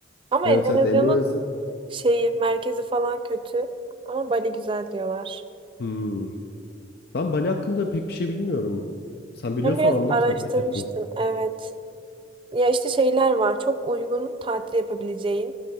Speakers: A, on the right; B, on the left.
A: Ama
B: Evet
A: Endonezya'nın
B: evet Endonezya.
A: şeyi, merkezi falan kötü. Ama Bali güzel diyorlar.
B: Hmm. Ben Bali hakkında pek bir şey bilmiyorum. Sen biliyorsan
A: Ben biraz
B: anlat
A: araştırmıştım.
B: merak ettim.
A: Evet. Ya işte şeyler var. Çok uygun tatil yapabileceğin